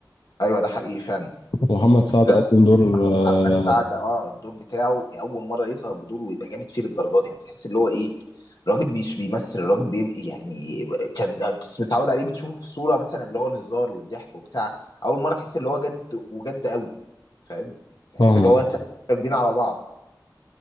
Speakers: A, on the left; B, on the left.
A: ايوه ده حقيقي فعلا
B: محمد سعد
A: بالذات
B: قدم دور آه،
A: محمد سعد اه الدور بتاعه اول مره يظهر بدور ويبقى جامد فيه للدرجه دي يعني تحس اللي هو ايه الراجل مش بيمثل الراجل بيبقى يعني كان أنت متعود عليه بتشوفه في صوره مثلا اللي هو الهزار والضحك وبتاع اول مره تحس اللي هو جد وجد قوي فاهم تحس
B: فاهمك
A: اللي هو انت راكبين على بعض